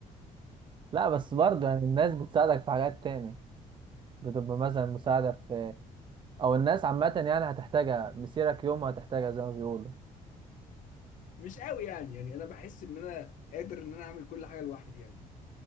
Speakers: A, on the right (about 35°); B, on the left (about 65°).
A: لا بس برضه يعني الناس بتساعدك في حاجات تاني بتبقى مثلا مساعدة في او الناس عامة يعني هتحتاجها مسيرك يوم هتحتاجها زي ما بيقولوا
B: فمش قوي يعني يعني انا بحس ان انا قادر ان انا اعمل كل حاجه لوحدي يعني